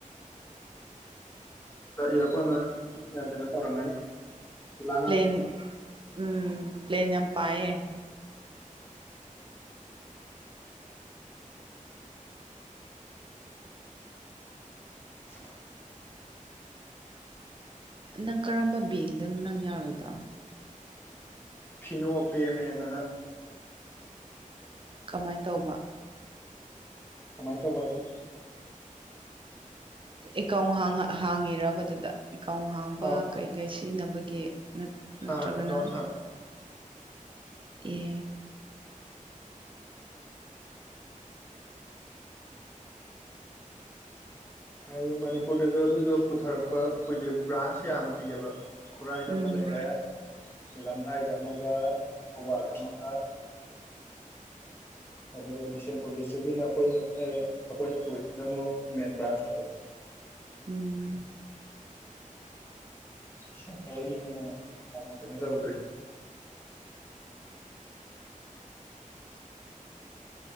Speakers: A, on the left; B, on the right.
A: ꯑ ꯏꯌꯥꯔꯄꯣꯔꯠ ꯀꯩꯅꯣ ꯇꯧꯔꯝꯒꯅꯤ ꯂꯥꯡꯉꯝ
B: ꯄ꯭ꯂ꯭ꯂꯟ ꯎꯝ ꯄ꯭ꯂꯟ ꯌꯥꯝ ꯄꯌꯦ
A: <inaudible>
B: ꯅꯪ ꯀꯔꯝꯕ ꯕꯦꯡꯗꯅꯣ ꯅꯪ ꯌꯥꯔꯣꯏꯗꯣ
A: ꯐꯅꯣꯞ ꯄꯦꯃꯦꯦꯟꯗꯅ
B: ꯀꯃꯥꯏꯅ ꯇꯧꯕ
A: ꯀꯃꯥꯏꯅ ꯇꯧꯕ ꯍꯥꯏꯗꯤ
B: ꯑꯦꯀꯥꯎ ꯍꯥꯡꯉꯤꯔꯕꯗꯨꯗ ꯏꯀꯥꯎ ꯍꯥꯡꯕ
A: ꯑꯥ
B: ꯀꯩ ꯀꯩ ꯇꯅꯕꯒꯤ ꯅꯠ ꯅꯠꯇ꯭ꯔꯒꯅ
A: ꯑꯥ ꯑꯦꯀꯥꯎꯟ ꯍꯥꯡ
B: ꯑꯦ
A: ꯍꯥꯏꯌꯨ ꯃꯅꯤ ꯃꯅꯤꯄꯨꯔꯗꯁꯨ ꯑꯗꯨꯗꯣ ꯄꯨꯊꯔꯛꯄ ꯑꯩꯈꯣꯏꯒꯤ ꯕ꯭ꯔꯥꯟꯁ ꯌꯥꯝꯗ꯭ꯔꯤꯑꯕ ꯈꯨꯔꯥꯏꯗ
B: ꯎꯝ
A: ꯑꯃ ꯂꯩꯔꯦ
B: ꯎꯝ
A: ꯂꯝꯂꯥꯏꯗ ꯑꯃꯒ ꯊꯧꯕꯥꯜꯗ ꯑꯃꯒ ꯑꯗꯨꯒ ꯕꯤꯁꯝ ꯃꯅꯤꯄꯨꯔ ꯗꯤꯁꯇ꯭ꯔꯤꯛꯀꯤꯅ ꯑꯩꯈꯣꯏꯅ ꯑꯦ ꯑꯩꯈꯣꯏꯅ ꯄꯨꯔꯤꯅ ꯑꯃꯨꯛ ꯃꯦꯟ ꯕ꯭ꯔꯥꯟꯁ ꯑꯣꯏꯕ
B: ꯎꯝ
A: ꯁ ꯍꯒꯤꯅꯤꯅꯃ ꯀꯩꯅꯁ ꯍꯗ꯭ꯔꯤ